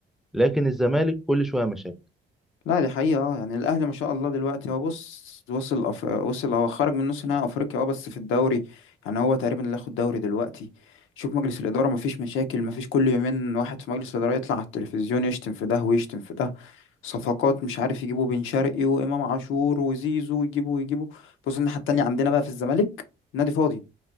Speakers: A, in the centre; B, on the left.
A: لكن الزمالك كل شوية مشاكل
B: لا دي حقيقة اه يعني الأهلي ما شاء الله دلوقتي هو بص وصل أف... وصل هو خرج من نص نهائي أفريقيا اه بس في الدوري يعني هو تقريبا اللي ياخد دوري دلوقتي شوف مجلس الإدارة ما فيش مشاكل ما فيش كل يومين واحد في مجلس الإدارة يطلع على التلفزيون يشتم في ده ويشتم في ده صفقات مش عارف يجيبوا بن شرقي وإمام عاشور وزيزو ويجيبوا ويجيبوا بص الناحية التانية عندنا بقى في الزمالك نادي فاضي